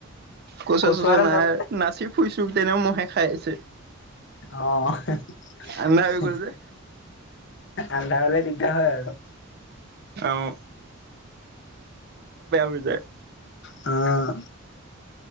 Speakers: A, on the right (about 50°); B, on the left (about 60°).
A: কচুৱা
B: কচু
A: চচুৱা
B: এডাল
A: নাই
B: জ্বল
A: নাচি ফুৰিছো তেনেও মহে খাই আছে।
B: অ, <unintelligible>
A: আন্ধা হৈ গ'ল যে
B: এন্ধাৰ হ'লে দিগদাৰ হয় আৰু।
A: অও। হৈ যায়
B: <unintelligible> অও,।